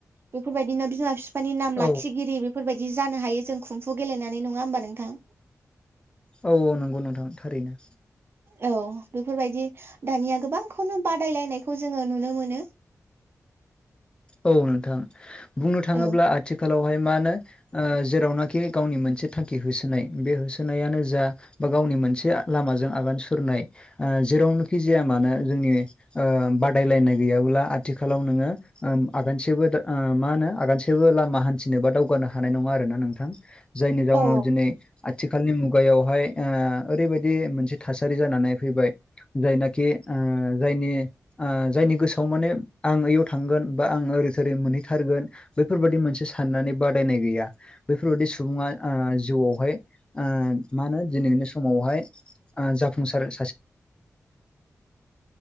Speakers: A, on the right; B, on the left.
A: बेफोरबायदिनो बिमा बिफानि नाम
B: औ
A: लाखिगिरि बेफोरबायदि जानो हायो जों खुम्फु गेलेनानै नङा होमबा नोंथां
B: औ औ नंगौ नोंथां थारैनो
A: औ बेफोरबायदि दानिया गोबांखौनो बादायलायनायखौ जोङो नुनो मोनो
B: औ नोंथां बुंनो थाङोब्ला
A: औ
B: आथिखालावहाय मा नो ओ जेरावनाखि गावनि मोनसे थांखि होसोनाय बे होसोनायानो जा बा गावनि मोनसे लामाजों आगान सुरनाय अ जेरावनोखि जाया मानो जोंनि ओ बादायलायनाय गैयाब्ला आथिखालाव नोंङो आगानसेबो ओ मा होनो आगानसे सेबो लामा हान्थिनो बा दावगानो हानाय नङा आरोना नोंथां जायनि जाउनाव
A: औ
B: दिनै आथिखालनि मुगायावहाय ओ ओरैबायदि मोनसे थासारि जानानै फैबाय जायनाखि ओ जायनि ओ जायनि गोसोआव माने आं ओइयाव थां थांगोन बा आं ओरै थोरै मोनहैथारगोन बैफोरबायदि मोनसे साननानै बादायनाय गैया बेैफोरबादि सुबुङा ओ जिउआवहाय ओ मा होनो दिनैनि बे समावहाय आ जाफुंसार सासे